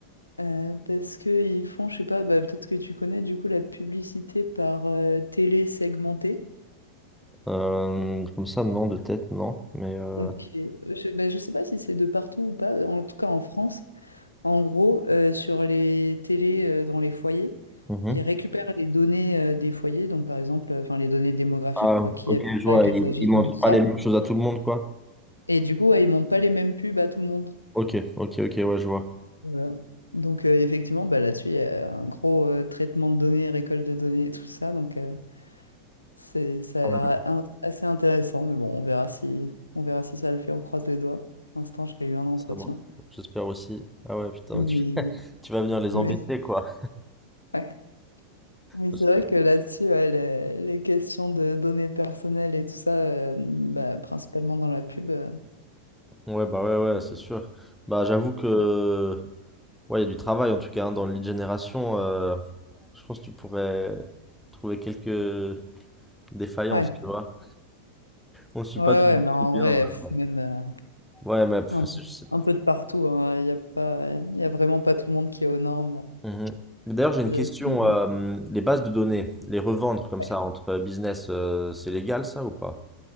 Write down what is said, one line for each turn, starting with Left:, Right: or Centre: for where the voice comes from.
Left: Euh, parce qu'ils font, je sais pas, bah, peut-être que tu connais du coup la publicité par euh, télé segmentée.
Centre: Euh, comme ça, non, de tête, non, mais. euh,
Left: Donc, et- je, bah, je sais pas si c'est de partout ou pas, en tout cas en France. En gros, euh, sur les télés euh, dans les foyers,
Centre: mhm.
Left: ils récupèrent les données euh, des foyers, donc par exemple, euh, enfin les données démographiques,
Centre: Ah,
Left: quoi, qui
Centre: ok,
Left: habite
Centre: je
Left: là,
Centre: vois.
Left: quels
Centre: Il,
Left: âges ils
Centre: il montre
Left: ont et tout ça.
Centre: pas les mêmes choses à tout le monde, quoi.
Left: Et du coup, ouais, ils montent pas les mêmes pubs à tout le monde.
Centre: Ok, ok, ok, ouais, je vois.
Left: Voilà. Donc euh, effectivement, bah, là-dessus, il y a un gros euh, traitement de données, récolte de données et tout ça. Donc euh, c'est, ça
Centre: Ah,
Left: a l'air in- assez intéressant, mais bon, on verra si, on verra si ça le fait, on croise les doigts. Pour l'instant, j'ai eu un entretien.
Centre: ça marche. J'espère aussi. Ah ouais, putain,
Left: Mais,
Centre: tu, tu vas venir les
Left: mais...
Centre: embêter, quoi.
Left: ouais. Mais
Centre: Parce
Left: c'est vrai
Centre: que-
Left: que là-dessus, ouais, les, les questions de données personnelles et tout ça, euh, bah, principalement dans la pub, euh,
Centre: Ouais, bah ouais, ouais, c'est sûr. Bah, j'avoue que. Ouais, il y a du travail, en tout cas, hein, dans le lead génération. euh, je pense que tu pourrais trouver quelques défaillances,
Left: ouais.
Centre: tu vois. On ne suit
Left: Ouais,
Centre: pas
Left: ouais,
Centre: tout le monde
Left: mais en
Centre: tout bien.
Left: vrai, pff,
Centre: hein.
Left: même euh,
Centre: Ouais, mais pff,
Left: un,
Centre: c'est-
Left: un peu de partout, hein, il y a pas, il y a vraiment pas tout le monde qui est aux normes.
Centre: Mhm. D'ailleurs, j'ai une
Left: euh,
Centre: question.
Left: là-dessus.
Centre: euh, les bases de données, les revendre comme
Left: Ouais.
Centre: ça entre business, euh, c'est légal ça ou pas?